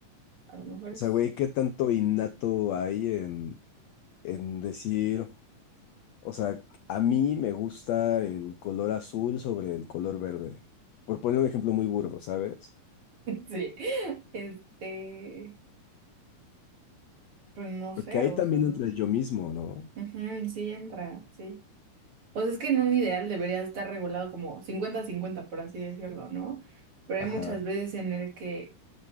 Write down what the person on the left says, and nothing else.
O
sea, güey,
¿qué tanto innato hay en, en decir, o sea, a mí me gusta el color azul sobre el color verde? Por poner un ejemplo muy burdo, ¿sabes?
Porque
ahí
también
entra el yo mismo, ¿no?
Ajá,